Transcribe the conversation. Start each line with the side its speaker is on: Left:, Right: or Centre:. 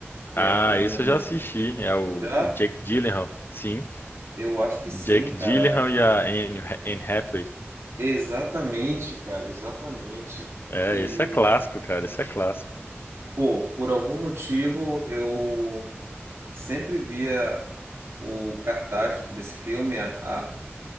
Right: que
Left: Ah,
Right: é com...
Left: isso eu já assisti. É o,
Right: Já?
Left: o Jake Gyllenhaal. Sim,
Right: Eu acho que sim,
Left: o Jake
Right: cara.
Left: Gyllenhaal e a Anne, Anne Hathaway.
Right: Exatamente, cara, exatamente.
Left: É,
Right: E,
Left: esse é clássico, cara. Esse é clássico.
Right: pô, por algum motivo, eu sempre via o cartaz desse filme, a,